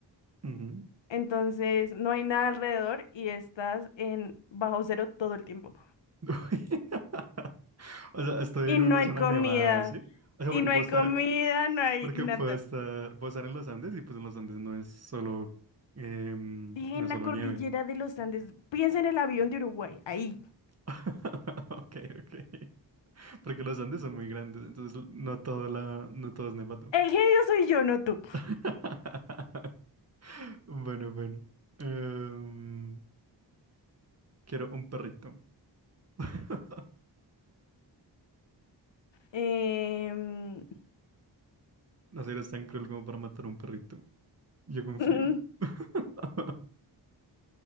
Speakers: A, on the right; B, on the left.
A: Ujú.
B: Entonces no hay nada alrededor y estás en bajo cero todo el tiempo.
A: <laughs> O sea, estoy
B: Y
A: en
B: no
A: una
B: hay
A: zona
B: comida.
A: nevada, ¿sí? O sea,
B: Y
A: porque
B: no
A: puedo
B: hay
A: estar
B: comida, no hay
A: Porque
B: nada.
A: puedo estar, puedo estar en los Andes y pues en los Andes no es solo, em,
B: Dije
A: no
B: en
A: es
B: la
A: solo
B: cordillera
A: nieve.
B: de los Andes. Piensa en el avión de Uruguay. Ahí.
A: <laughs> Ok, ok. Porque los Andes son muy grandes, entonces no todo la, no todo es nevado.
B: El genio soy yo, no tú.
A: <laughs> Bueno, bueno. Em, quiero un perrito. <laughs>
B: Em,
A: No eres tan cruel como para matar un perrito. Yo
B: <laughs>
A: confío.
B: mm,
A: <laughs>